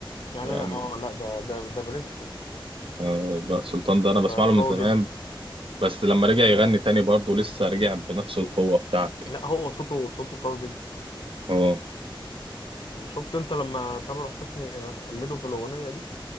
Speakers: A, on the left; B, on the right.
A: يعني
B: يعني
A: انا اه لا ده ده ده برنس ده,
B: آه بهاء سلطان ده أنا بسمع
A: ده
B: له من
A: قوي
B: زمان بس لما رجع
A: جدا
B: يغني تاني برضه لسه رجع بنفس القوة بتاعته يعني
A: لا هو صوته صوته قوي جدا
B: اه
A: شفت انت لما تامر حسني قلده في الاغنيه دي